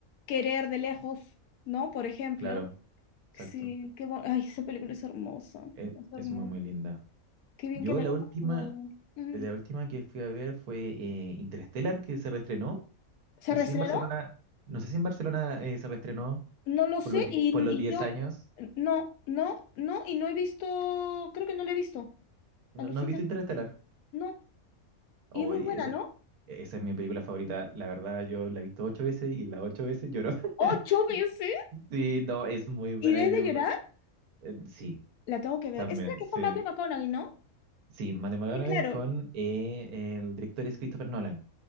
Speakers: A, on the left (about 80°); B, on the right (about 80°).
A: querer de lejos, ¿no? Por ejemplo.
B: claro, exacto.
A: Sí, qué bon- Ay, esa película es hermosa.
B: Es,
A: Es hermosa.
B: es muy, muy linda.
A: Qué bien
B: Yo
A: que me
B: la
A: la
B: última,
A: has recomendado. Mm.
B: la última que fui a ver fue eh, Interstellar, que se reestrenó.
A: ¿Se
B: No
A: reestrenó?
B: sé si en Barcelona, no sé si en Barcelona eh, se reestrenó
A: No lo sé
B: por los, di-
A: y,
B: por los
A: y
B: 10
A: yo
B: años.
A: no, no, no, y no he visto, creo que no la he visto.
B: ¿No,
A: Alucina,
B: no has visto Interstellar?
A: no.
B: Hoy,
A: Y es muy buena,
B: esa,
A: ¿no?
B: esa es mi película favorita. La verdad, yo la he visto ocho veces y las ocho veces lloro.
A: Ocho
B: <laughs>
A: veces.
B: Sí, no, es muy buena.
A: Y desde
B: Yo,
A: llorar,
B: eh, sí,
A: la tengo que ver.
B: también,
A: Esa es la que
B: sí.
A: es con Matthew McConaughey, ¿no?
B: Sí, Matthew McConaughey
A: Sí, claro.
B: con eh, el director es Christopher Nolan.